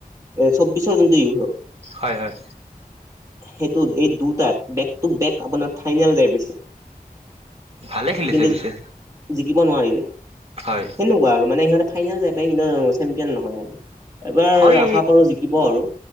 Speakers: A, on the right; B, on the right.
A: এ চৌবিশৰ যোনটো ইয়ৰোহ।
B: হয় হয়।
A: সেইটোত এই দুটাত বেক টু বেক আপোনাৰ ফাইনেল যায় পাইছে।
B: ভালে খেলিছে
A: কিন্তু
B: পিছে।
A: জিকিব নোৱাৰিলে
B: হয়
A: সেনকুৱা আৰু মানে ইহঁতে ফাইনেল যায় পায় এনেও চেম্পিয়ন নহয় আৰু। এবাৰ
B: হয়
A: আশা কৰো জিকিব আৰু।